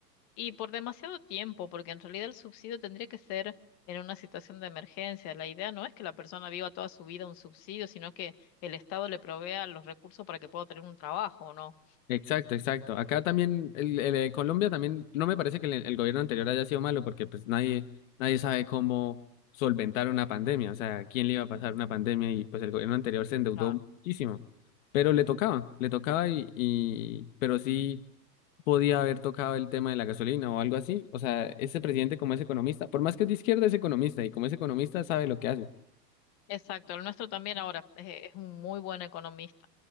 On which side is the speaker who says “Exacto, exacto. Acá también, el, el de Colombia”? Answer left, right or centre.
Left